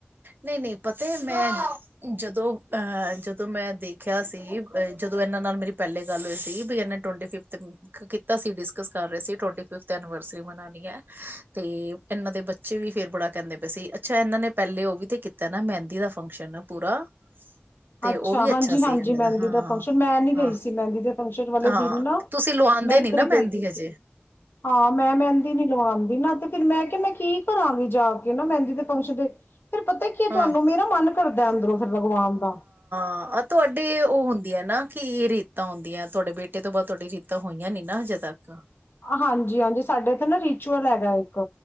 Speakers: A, on the right (about 55°); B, on the left (about 60°).
A: ਨਹੀਂ ਨਹੀਂ, ਪਤਾ ਮੈਂ ਜਦੋਂ ਅਹ ਜਦੋਂ ਮੈਂ ਦੇਖਿਆ ਸੀ ਜਦੋਂ ਇਹਨਾਂ ਨਾਲ ਮੇਰੀ ਪਹਿਲੇ ਗੱਲ ਹੋਈ ਸੀ ਵੀ ਇਹਨਾਂ ਟਵਟੀ ਫਿਫਥ ਕੀਤਾ ਸੀ ਡਿਸਕਸ ਕਰ ਰਹੇ ਸੀ, ਟਵਿਫ ਐਨੀਵਰਸਰੀ ਬਨਾਣੀ ਹੈ ਤੇ ਇਹਨਾਂ ਦੇ ਬੱਚੇ ਵੀ ਫੇਰ ਬੜਾ ਕਹਿੰਦੇ ਪਏ ਸੀ ਅੱਛਾ ਇਹਨਾਂ ਨੇ ਪਹਿਲੇ ਉਹ ਵੀ ਤੇ ਕੀਤਾ ਨਾ ਮਹਿੰਦੀ ਦਾ ਫੰਕਸ਼ਨ ਪੂਰਾ ਤੇ
B: ਅੱਛਾ
A: ਉਹ ਵੀ
B: ਹਾਂਜੀ ਹਾਂਜੀ
A: ਸੀ ਇਹਨਾਂ
B: ਮਹਿੰਦੀ
A: ਹਾਂ
B: ਦਾ ਫੰਕਸ਼ਨ ਮੈਂ ਨੀ
A: ਹਾਂ
B: ਗਈ ਸੀ ਮਹਿੰਦੀ ਦੇ ਫੰਕਸ਼ਨ ਵਾਲੇ
A: ਹਾਂ
B: ਦਿਨ ਨਾ
A: ਤੁਸੀਂ ਲਵਾਉਂਦੇ
B: ਮੈਂ ਕਿਧਰੇ
A: ਨੀ ਨਾ
B: ਗਈ
A: ਮਹਿੰਦੀ ਹਜੇ
B: ਸੀ ਹਾਂ ਮੈਂ ਮਹਿੰਦੀ ਨੀ ਲਵਾਂਦੀ ਨਾ ਤੇ ਫੇਿਰ ਮੈਂ ਕਿਹਾ ਮੈਂ ਕੀ ਕਰਾਂਗੀ ਜਾ ਕੇ ਨਾ ਮਹਿੰਦੀ ਤੇ ਪਹੁੰਚਦੇ ਫਿਰ ਪਤਾ ਕੀ
A: ਹਾਂ
B: ਤੁਹਾਨੂੰ ਮੇਰਾ ਮਨ ਕਰਦਾ ਅੰਦਰੋਂ ਫ ਭਗਵਾਨ ਦਾ
A: ਹਾਂ ਆਹ ਤੁਹਾਡੇ ਉਹ ਹੁੰਦੀ ਹੈ ਨਾ ਕਿ ਰੀਤਾਂ ਹੁੰਦੀਆਂ ਤੁਹਾਡੇ ਬੇਟੇ ਤੋਂ ਬਾਅਦ ਤੁਹਾਡੀ ਰੀਤਾਂ ਹੋਈਆਂ ਨੀ ਨਾ ਹਜੇ ਤੱਕ
B: ਹਾਂਜੀ ਹਾਂਜੀ ਸਾਡੇ ਇਥ ਨਾ ਰਿਚੁਅਲ ਹੈਗਾ ਇੱਕ